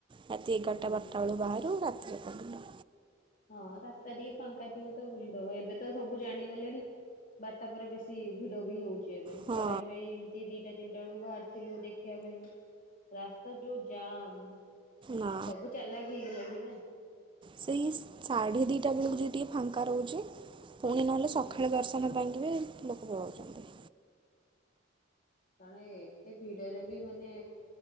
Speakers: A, on the right; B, on the left.
A: ରାତି ଏଗାରଟା
B: ହୁଁ।
A: ବାରଟା ବେଳୁ ବାହାରୁ ରାତି ଜାକ ବୁଲୁ।
B: ହଁ ରାସ୍ତା ଟିକେ ଫାଙ୍କା ଥିବ ତ ବୁଲିଦବ ଏବେ ତ ସବୁ ଜାଣିଗଲେଣି। ବାରଟା ପରେ ବେଶୀ ଭିଡ ବି ହଉଛି ଏବେ
A: ହଁ
B: ଥରେ ଆମେ ଏଇ ଦିଟା ତିନିଟା ବେଳକୁ ବାହାରିଥିଲୁ ଦେଖିବା ପାଇଁ ରାସ୍ତା ଯୋଉ ଜାମ୍।
A: ନା
B: ସବୁ ଚାଲାକ ହେଇଗଲାଣି ନା।
A: ସେଇ ସାଢ଼େ ଦୁଇଟା ବେଳକୁ ଯଦି ଟିକେ ଫାଙ୍କା ରହୁଛି। ପୁଣି ନହେଲେ
B: ହଁ
A: ସକାଳେ
B: ହଁ
A: ଦର୍ଶନ ପାଇଁକି ବି ଲୋକ ପଳାଉଛନ୍ତି।
B: କାରଣ ଏତେ ଭିଡରେ ବି ମାନେ।